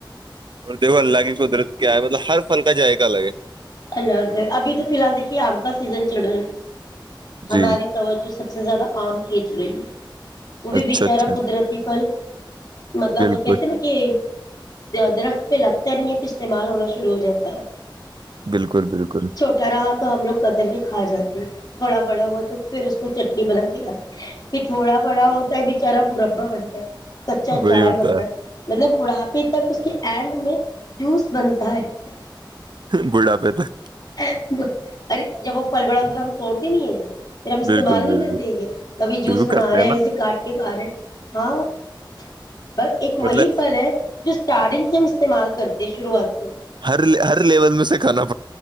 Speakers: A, on the right; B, on the left.
A: اور دیکھو اللہ کی قدرت کیا ہے مطلب ہر فھل کا جائےق الگ ہے
B: الگ ہے ابھی تو فی الحال دیکھیے آم کا سیزن چل رہا ہماری
A: جی
B: توجہ سب <unintelligible> سب سے زیادہ آم کھینچ رہی ہے وہ بھی
A: اچھا
B: بیچارا
A: اچھا
B: قدرتی فل مطلب
A: بالکل
B: کہتے ہیں نا کہ درخت پہ لگتا نہیں ہے تو استعمال ہونا شروع ہو جاتا ہے
A: بالکل بالکل
B: چھوٹا رہا تو ہم لوگ قدر کے کھا جاتے تھوڑا بڑا ہوا تو پھر اس کو چٹنی بنا کے آپ <unintelligible> کہ تھوڑا بڑا ہوتا ہے بچارا برا ابا بنتے ہے <unintelligible> کچا
A: وہی
B: اار
A: ہوتا
B: بنتا
A: ہے
B: مطلب <unintelligible> بڑھاپے تک اس کے اینڈ میں جوس بنتا ہے <unintelligible>
A: بڑا پہ تک
B: ارے جب وہ پھل بڑا ہوتا ہے تو ہم توڑتے نہیں ہیںے <unintelligible> پھر ہم استعمال
A: بالکل
B: نہیں
A: بالکل
B: کر دیں گے کبھی جوس
A: بالکل
B: بنا
A: کرتے
B: رہے ہیں
A: نا
B: ویسے کاٹ کے کھا رہے ہیں ہاں <unintelligible> پر ایک
A: مطلب
B: وہی فل ہے جو اسٹارڈنگ سے ہم استعمال کرتے ہیں شروعات سے
A: ہر ہر لیول میں سکھاناڑ